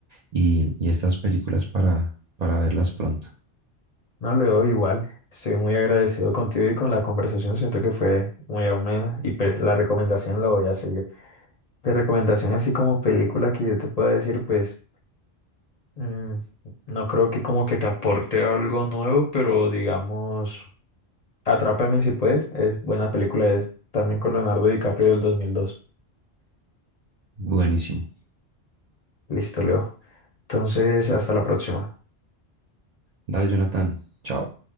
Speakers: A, on the right; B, on the left.
A: y, y estas películas para, para verlas pronto.
B: No le doy igual. Estoy muy agradecido contigo y con la conversación. Siento que fue muy amena y pues la recomendación la voy a seguir. De recomendación así como película que yo te pueda decir, pues mm, no creo que como que te aporte algo nuevo, pero digamos, Atrápame si puedes. Es buena película, es también con Leonardo DiCaprio del 2002.
A: Buenísimo.
B: Listo, Leo. Entonces, hasta la próxima.
A: Dale, Jonathan. Chao.